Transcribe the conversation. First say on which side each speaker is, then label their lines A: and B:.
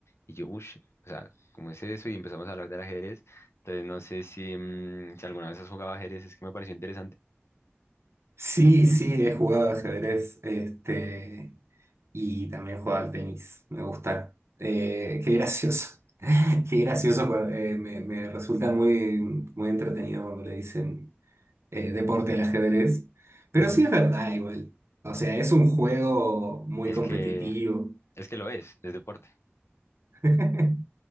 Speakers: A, on the left; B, on the right.
A: Y yo, uff, o sea, ¿cómo es eso? Y empezamos a hablar del ajedrez. Entonces no sé si, mm, si alguna vez has jugado ajedrez, es que me pareció interesante.
B: Sí, sí, he jugado ajedrez, este, y también he jugado al tenis, me gusta. Eh, qué gracioso, <laughs> qué gracioso, pero, eh, me, me resulta muy, muy entretenido cuando le dicen eh, deporte al ajedrez. Pero
A: Ujú.
B: sí es verdad igual, o sea, es un juego muy
A: Es
B: competitivo,
A: que, es que lo es, es deporte.
B: <laughs> no